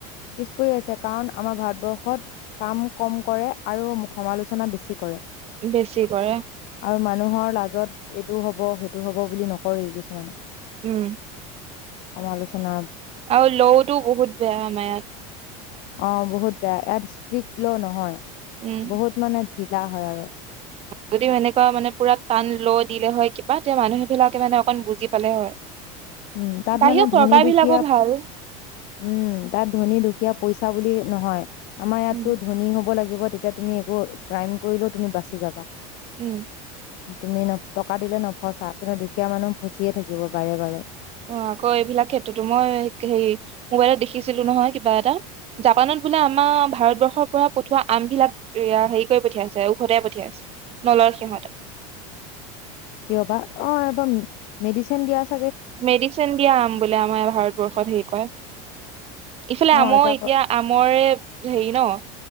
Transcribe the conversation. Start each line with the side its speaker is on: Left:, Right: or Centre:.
Left: পিছ পৰি আছে কাৰণ আমাৰ ভাৰতবৰ্ষত কাম কম কৰে আৰু আমাক সমালোচনা বেছি কৰে।
Right: বেছি কৰে
Left: আৰু মানুহৰ লাজত এ সেইটো হ'ব সেইটো হ'ব বুলি নকৰে কিছুমানে।
Right: উম।
Left: সমম সমালোচনা
Right: আৰু লৌ বহুত বেয়া আমাৰ ইয়াত।
Left: অ', বহুত বেয়া ইয়াত ষ্ট্ৰিক্ট ল' নহয়।
Right: উম
Left: বহুত মানে ধীলা হয় আৰু।
Right: যদিও সেনেকুৱা মানে পুৰা টান ল' দিলে হয় কিবা তেতি মানুহ বিলাকে মানে অকন বুজি পালে হয়।
Left: উম, তাত
Right: বাহিৰৰ
Left: মানে
Right: চৰকাৰ
Left: ধনী দুখীয়া
Right: বিলাকো ভাল
Left: উম, তাত ধনী দুখীয়া পইচা বুলি নহয়। আমাৰ ইয়াতো
Right: উম
Left: ধনী হ'ব লাগিব। তেতিয়া তুমি একো ক্ৰাইম কৰিলেও তুমি বাচি যাবা।
Right: উম।
Left: তুমি ন' টকা দিলে নফচা কিন্তু দুখীয়া মানুহ ফচিয়ে থাকিব বাৰে বাৰে।
Right: অ', আকৌ এইবিলাক ক্ষেত্ৰতো মই হেৰি মোবাইলত দেখিছিলো নহয় কিবা এটা জাপানত বোলে আমাৰ ভাৰতবৰ্ষৰ পৰা পঠোৱা আমবিলাক হেৰি কৰি পঠিয়াইছে উওভটাই পঠিয়াইছে নলৰ সিহঁতে।
Left: কিয় বা অ', এবাৰ মেডিচিন দিয়া আছে।
Right: মেডিচিন দিয়া আম বোলে আমাৰ ভাৰতবৰ্ষত হে কয়। ইফালে
Left: অ
Right: আমৰ
Left: যাব
Right: এতিয়া আমৰে হেৰি ন'